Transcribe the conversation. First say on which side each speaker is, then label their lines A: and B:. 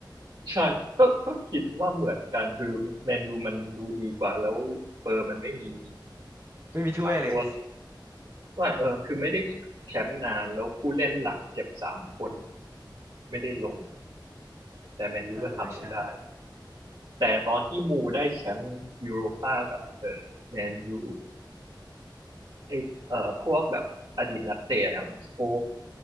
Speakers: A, on the right; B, on the right.
A: ใช่ก็ก็คิดว่าเหมือนกันคือแมนยูมันดูดีกว่าแล้วสเปอร์มันไม่มี
B: ไม่มีถ้วยเลย
A: สามตัวว่าเออคือไม่ได้แชมป์นานแล้วผู้เล่นหลักเจ็บสามคนไม่ได้ลงแต่แมนยูก็ทำไม่ได้
B: <laughs> เออใช่
A: แต่ตอนที่มูได้แชมป์ยูโรป้ากับเออแมนยูไอเออพวกแบบอดีตนักเตะอย่างสโป